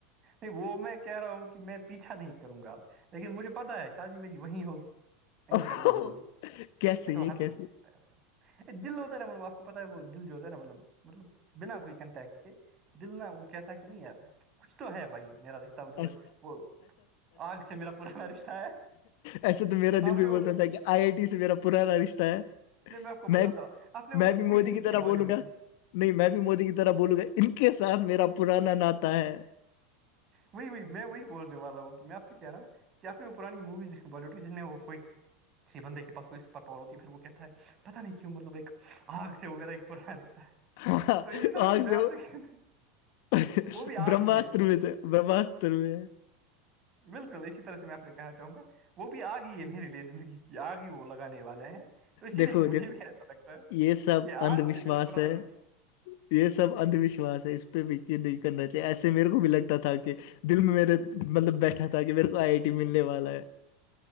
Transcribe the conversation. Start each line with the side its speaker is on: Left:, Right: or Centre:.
Right: نہیں وہ میں کہہ رہا ہوں کہ میں پیچھا نہیں کروں گا اب لیکن مجھے پتا ہے شادی میری وہیں ہوگی انشاء
Left: او
Right: اللہ
Left: ہو،
Right: ضرور
Left: کیسے
Right: یہ تو ہنڈریڈ
Left: کیسے
Right: پرسینٹ ہے آپ کا یہ دل ہوتا ہے رہا ماپ کو پتا ہے وہ دل جو ہوتا نا مطلب مطلب بنا کوئی کنٹیکٹ کے دل نہ وہ کہتا کہ نہیں یار کچھ تو ہے بھائی میرا رشتہ تب جو
Left: ایس-
Right: ہے وہ آگ سے میرا پرانا رشتہ ہے
Left: ایسے تو میرا
Right: آپ
Left: دل بھی
Right: نے وہ
Left: بولتا تھا کہ آئی آئی ٹی سے میرا پرانا رشتہ ہے
Right: نہیں آپ کو بتاتا
Left: میں بھی
Right: ہوں آپ نے وہ
Left: میں بھی
Right: موویز
Left: مودی
Right: دیکھی
Left: کی طرح
Right: ہے بالی
Left: بولوں
Right: ووڈ
Left: گا
Right: کی
Left: نہیں میں بھی مودی کی طرح بولوں گا ان کے ساتھ میرا پرانا ناتا ہے
Right: وہی وہی میں وہی بولنے والا ہوں کہ م میں آف سے کہہ رہا ہوں کیافی وہ پرانی مویز بالیوڈ جن میں وہ کوئی کسی بندے کے پاس کوئی سپر پاور ہوتی ہے پھر وہ کہتا ہے پتا نہیں کیوں مطلب ایک آگ سے وہ میرا ایک پرانا رشتہ ہے
Left: ہاں
Right: تو اسی طرح
Left: ب
Right: سے میں
Left: سو
Right: آپ سے
Left: <unintelligible>
Right: وہ بھی آگ
Left: برہمستر
Right: ہی ہے
Left: میں تو برہمستر میں
Right: بالکل اسی طرح سے میں پھر کہنا چاہوں گا وہ بھی آگی ہے میرے لیے زندگی کی آگی وہ لگانے والا ہے تو اسی
Left: دیکھو
Right: لیے مجھے
Left: دیکھو
Right: بھی ایسا لگتا ہے
Left: یہ سب
Right: کہ آگ
Left: اندھ وشواس
Right: سے میرا پرانا
Left: ہے
Right: ہی رشتہ
Left: یہ سب اندھ وشواس ہے اس پہ بھی یہ نہیں کرنا چاہیے ایسے میرے کو بھی لگتا تھا کہ دل میں میرے مطلب بیٹھا تھا کہ میرے آئی ملنے والا ہے